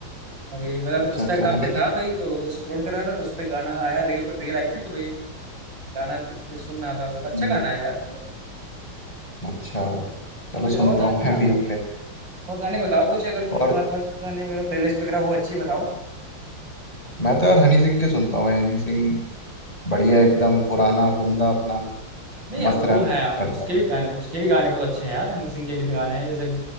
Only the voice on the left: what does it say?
अच्छा
अच्छा हनी
सिंह
के-
हम्म,
अच्छा चलो
सुनता
हूँ मैं
भी अब कहते
और
मैं तो यार हनी सिंह के सुनता हूँ भाई हनी सिंह बढ़िया एकदम पुराना बंदा अपना
मस्त
रैप
करता
है